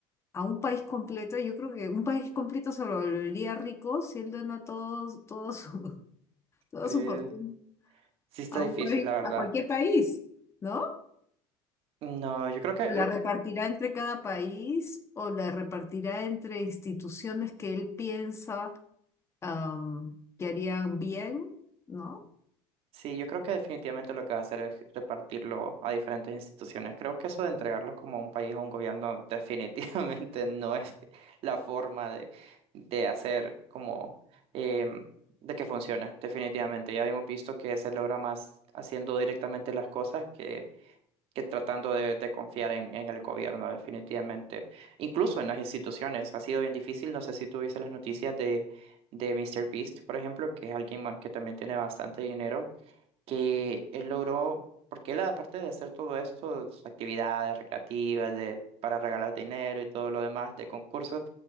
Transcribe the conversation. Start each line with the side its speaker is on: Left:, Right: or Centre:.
Left: a un país completo, yo creo que un país completo se lo volvería rico si él dona todo, todo su, <laughs> toda
Right: Eh,
Left: su fortuna
Right: sí está
Left: a
Right: difícil,
Left: un país,
Right: la verdad.
Left: a cualquier país, ¿no?
Right: No, yo creo que
Left: La
Right: lo,
Left: repartirá entre cada país o la repartirá entre instituciones que él piensa am, que harían bien, ¿no?
Right: Sí, yo creo que definitivamente lo que va a hacer es repartirlo a diferentes instituciones. Creo que eso de entregarlos como a un país, a un gobierno, definitivamente <laughs> no es la forma de, de hacer como em, de que funcione, definitivamente. Ya hemos visto que se logra más haciendo directamente las cosas que, que tratando de, de confiar en, en el gobierno, definitivamente. Incluso en las instituciones. Ha sido bien difícil. No sé si tuviste las noticias de, de Mr. Beast, por ejemplo, que es alguien ma- que también tiene bastante dinero que él logró, porque él aparte de hacer todo esto, sus actividades recreativas, de, para regalar dinero y todo lo demás, de concursos,